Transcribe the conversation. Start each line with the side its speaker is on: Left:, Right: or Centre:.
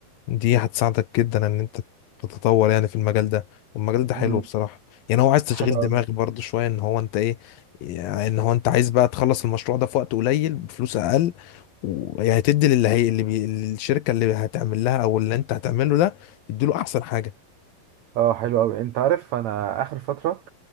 Left: دي هتساعدك جدا ان انت تتطور يعني في المجال ده والمجال ده حلو
Right: مم.
Left: بصراحة يعني هو عايز تشغيل
Right: حلو قوي
Left: دماغ برضو شوية ان هو انت ايه يعني ان هو انت عايز بقى تخلص المشروع ده في وقت قليل بفلوس اقل ويعني تدي للي هي اللي بي... الشركة اللي هتعمل لها او اللي انت هتعمله ده تدي له احسن حاجة
Right: اه حلو قوي انت عارف انا اخر فترة